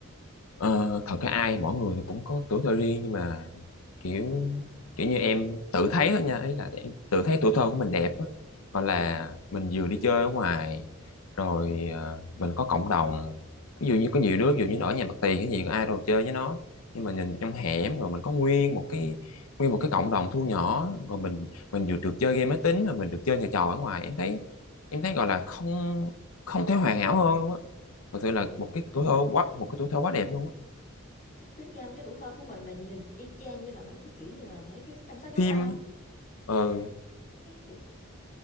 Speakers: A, on the left (about 85°); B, on the left (about 35°).
A: Ờ, thật ra ai mỗi người thì cũng có tuổi thơ riêng nhưng mà kiểu kiểu như em tự thấy thôi nha ý là em tự thấy tuổi thơ của mình đẹp á gọi là mình vừa đi chơi ở ngoài rồi ờ, mình có cộng đồng ví dụ như có nhiều đứa ví dụ như nó ở nhà mặt tiền cái gì ai đâu chơi với nó nhưng mà nhìn trong hẻm rồi mình có nguyên một cái nguyên một cái cộng đồng thu nhỏ rồi mình mình vừa được chơi game máy tính rồi mình được chơi nhà trò ở ngoài em thấy em thấy gọi là không không thể hoàn hảo hơn luôn á thật sự là
B: thì
A: một cái tuổi thơ quá một cái tuổi thơ quá đẹp luôn á
B: tính ra cái tuổi thơ của mình là nhìn y chang như là mấy cái kiểu như là mấy cái trong sách giáo
A: phim
B: khoa
A: ờ
B: mấy cái